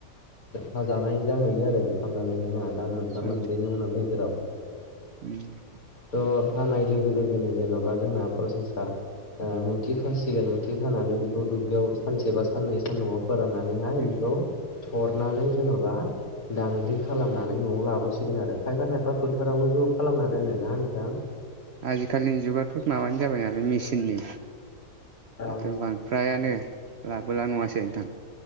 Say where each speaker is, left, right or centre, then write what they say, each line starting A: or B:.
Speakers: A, on the left; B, on the right.
A: हाजानाय जाहैयो आरो साननानै नाङा दान मोनथा
B: औ
A: मोनब्रैनि उनाव गदेराव
B: उम
A: थ हानाय लोगो लोगोनो जेन'बा जोंना प्रसेसा मुथि खासिगोन मुथि खानानै दुब्लियाव सानसे बा साननै सान न'आव फोराननानैहाय
B: उम
A: बेखौ थरनानै जेनबा दांग्रि खालामनानै नआव लाबो हांसिगोन आरो खायफा खायफा फोथारावनो ज' खालामना दोनोना नोंथां
B: आजिखालिनि जुगाथ माबानो जाबाय नालाय मेचिननि
A: रामस
B: दाथ' बां
A: दाय
B: फ्रायानो
A: नालाय
B: लाबोला नङासै नोंथां